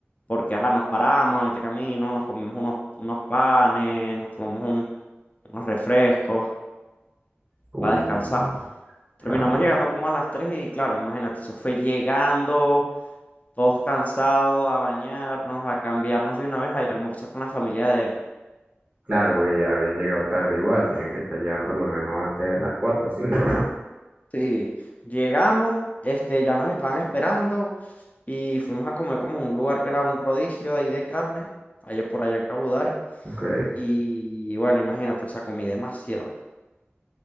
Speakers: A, on the left (about 35°); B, on the right (about 30°).
A: porque ajá, nos paramos a meter camino, nos comimos unos, unos panes, nos tomamos un- unos refrescos
B: Coño,
A: para descansar. Terminamos
B: ya.
A: llegando como a las 3 y claro, imagínate, eso fue llegando, todos cansados, a bañarnos, a cambiarnos de una vez, ahí a almorzar con la familia de él.
B: Claro, porque ya habían llegado tarde igual, tenían que estar ya por lo menos antes de las 4 o cinco ¿no?
A: Sí, llegamos, este, ya nos estaban esperando y fuimos a comer como un lugar que era un rodicio ahí de carne, allá por allá en Cabudare.
B: Ok.
A: Y bueno, imagínate, o sea, comí demasiado,